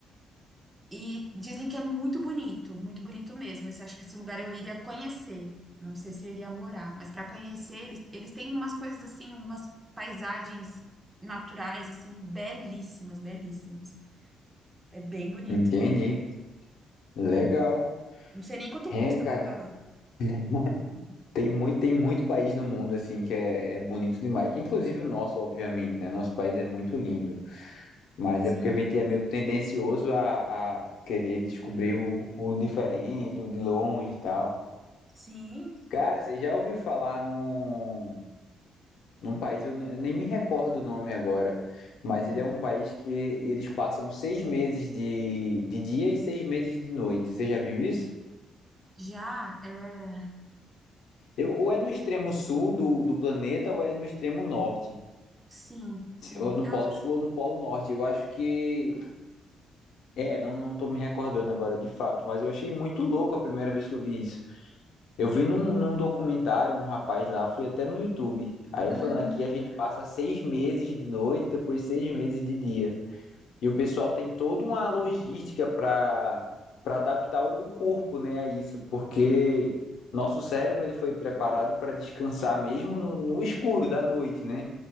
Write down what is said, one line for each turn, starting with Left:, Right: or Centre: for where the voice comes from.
Right: E dizem que é muito bonito, muito bonito mesmo. Esse, acho que esse lugar eu iria conhecer. Não sei se eu iria morar, mas para conhecer, eles, eles têm umas coisas assim, umas paisagens naturais, assim, belíssimas, belíssimas. É bem bonito.
Left: Entendi. Legal.
Right: Não sei nem quanto
Left: É,
Right: custa
Left: cara.
Right: pra ir pra lá.
Left: <laughs> Tem muito, tem muito país no mundo assim que é, é bonito demais. Inclusive o nosso, obviamente, né? Nosso país é muito lindo, mas
Right: Sim,
Left: é porque a gente é meio tendencioso a, a querer descobrir o, o diferente, o de longe e tal.
Right: sim.
Left: Cara, você já ouviu falar num, num país, eu n- nem me recordo o nome agora, mas
Right: Hum.
Left: ele é um país que eles passam seis meses de, de dia e seis meses de noite. Você já viu isso?
Right: Já, é.
Left: Eu, ou é no extremo sul do, do planeta ou é no extremo norte.
Right: Sim, sim.
Left: Ou no
Right: Eu.
Left: Polo Sul ou no Polo Norte. Eu acho que. É, não, não tô me recordando agora de fato, mas eu achei muito louco a primeira vez que eu vi isso. Eu vi num, num documentário, um rapaz lá, fui até no YouTube. Aí ele
Right: Uhum,
Left: falando aqui a gente passa seis meses de noite, depois seis meses de dia. E o pessoal tem toda uma logística para para adaptar o corpo, né, a isso, porque nosso cérebro ele foi preparado para descansar mesmo no, no escuro da noite, né?